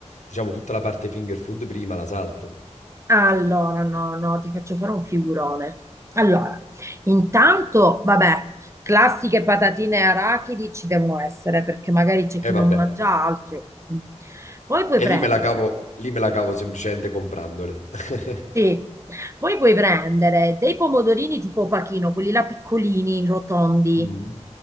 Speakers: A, on the left; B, on the right.
A: diciamo tutta la parte finger food prima la salto.
B: Allora, no, no, ti faccio fare un figurone. Allora, intanto, vabbè, classiche patatine e arachidi ci devono essere perché magari c'è
A: E
B: chi non
A: vabbè,
B: mangia altro. Mm. Poi puoi
A: e
B: prendere,
A: lì me la cavo, lì me la cavo semplicemente comprandole. <laughs>
B: sì, poi puoi prendere dei pomodorini tipo pachino, quelli là piccolini, rotondi.
A: Mm.